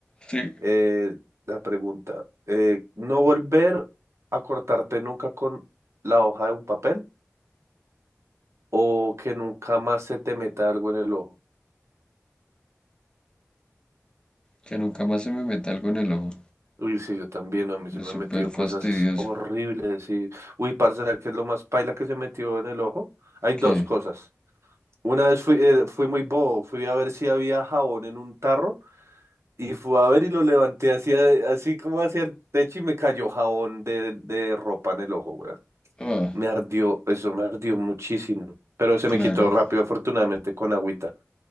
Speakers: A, on the left; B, on the right.
A: Sí.
B: Eh, la pregunta. eh, ¿no volver a cortarte nunca con la hoja de un papel? ¿O que nunca más se te meta algo en el ojo?
A: Que nunca más se me meta algo en el ojo.
B: Uy, sí, yo también, a mí se
A: Es
B: me
A: súper
B: han metido
A: fastidioso.
B: cosas horribles. Y... Uy, parce, ¿sabes ¿qué es lo más paila que se metió en el ojo? Hay dos
A: Que.
B: cosas. Una vez fui, eh, fui muy bobo, fui a ver si había jabón en un tarro y fui a ver y lo levanté hacia, así como hacia el techo y me cayó jabón de, de ropa en el ojo, weón.
A: Ah,
B: Me ardió, eso me ardió muchísimo, pero se
A: claro.
B: me quitó rápido, afortunadamente, con agüita.